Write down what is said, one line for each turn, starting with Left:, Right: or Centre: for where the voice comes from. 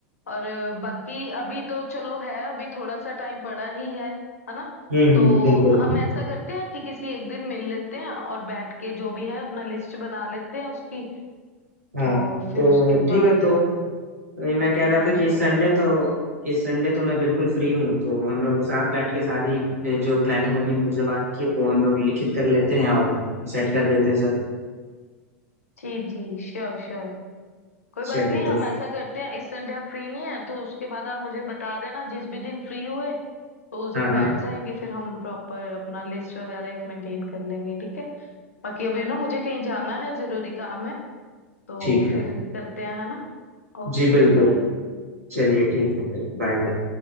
Left: और बाकी अभी तो चलो है अभी थोड़ा सा टाइम पड़ा ही है है ना
Right: हम्म हम्म
Left: तो
Right: बिल्कुल
Left: हम ऐसा करते हैं कि किसी एक दिन मिल लेते हैं और बैठ के जो भी है अपना लिस्ट बना लेते हैं उसकी
Right: हाँ
Left: तो फिर
Right: तो
Left: उसके
Right: ठीक
Left: बाद
Right: है तो तो ये मैं
Left: उस
Right: कह
Left: पे
Right: रहा
Left: काम
Right: था कि
Left: शुरू
Right: इस संडे
Left: कर देंगे
Right: तो इस संडे तो मैं बिल्कुल फ्री हूँ तो हम लोग साथ बैठ के सारी ए, जो प्लानिंग अभी मुझे बात की है वो हम लोग लिखित कर लेते हैं और सेट कर देते हैं सब
Left: जी जी श्योर श्योर कोई बात
Right: चलिए
Left: नहीं
Right: तो
Left: हम ऐसा करते हैं इस संडे आप फ्री नहीं है तो उसके बाद आप मुझे बता देना जिस भी दिन फ्री हुए तो उस दिन
Right: हाँ
Left: बैठ
Right: हाँ
Left: जाएंगे फिर हम प्रॉपर अपना लिस्ट वगैरह एक मेंटेन कर लेंगे ठीक है बाकी अभी ना मुझे कहीं जाना है जरूरी काम है तो
Right: ठीक है
Left: फिर करते हैं है ना Okay
Right: जी बिल्कुल
Left: bye
Right: चलिए ठीक है फिर बाय बाय।